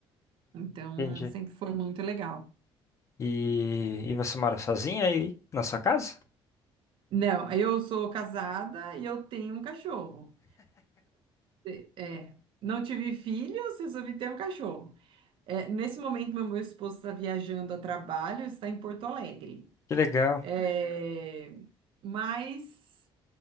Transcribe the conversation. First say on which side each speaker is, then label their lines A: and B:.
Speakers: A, on the right (about 55°); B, on the left (about 30°).
A: Então,
B: Entendi.
A: sempre foi muito legal.
B: E, e você mora sozinha aí na sua casa?
A: Não, eu sou casada e eu tenho um cachorro. É, é, não tive filhos, resolvi ter um cachorro. É, nesse momento, meu meu esposo está viajando a trabalho, está em Porto Alegre.
B: Que legal.
A: É, mas